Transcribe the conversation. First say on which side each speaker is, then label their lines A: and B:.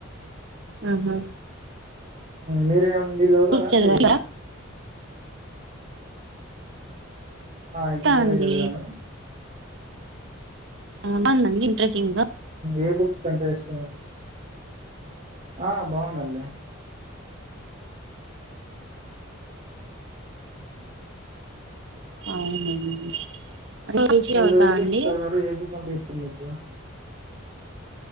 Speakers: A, on the right; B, on the right.
A: ఆహా
B: మీరేమ్ మీరు చదువుతారా
A: బుక్
B: అండి
A: చదివారా
B: ఆ
A: చదువుతా
B: ఇంటికి పోయే
A: అండి
B: చదివాను
A: ఆవునా అండి ఇంట్రెస్ట్ ఉందా
B: ఏ బుక్స్ అంటే ఇష్టము మండి ఆ బాగుందండి
A: అవునండి రిసీవ్
B: మీరు
A: అవుతా
B: ఏదిక్
A: అండి
B: ఇస్తున్నారు. ఏ బుక్ అంటె ఇష్టం మీకు